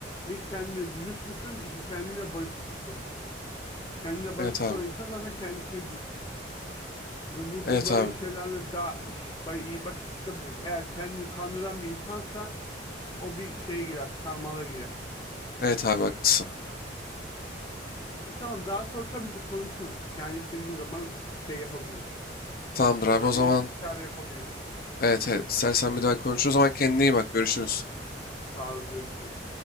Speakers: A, on the left; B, on the left.
A: Bir kendine dürüst müsün? İki kendine barışık mısın? Kendine
B: Evet
A: barışık
B: abi.
A: olan insan zaten kendisine dürüst. Ve burada
B: Evet
A: böyle
B: abi.
A: şeylerle daha iş- bay- iyi başa çıkabilir. Eğer kendini kandıran bir insansa o bir şeye girer, sarmala girer.
B: Evet abi haklısın.
A: E, tamam daha sonra tabii ki konuşuruz. Yani istediğin zaman şey yapabiliriz.
B: Tamamdır
A: Bu konularda
B: abi o zaman.
A: iyi istişare yapabiliriz.
B: Evet evet. İstersen bir daha konuşuruz. O zaman kendine iyi bak. Görüşürüz.
A: Sağ ol, görüşürüz.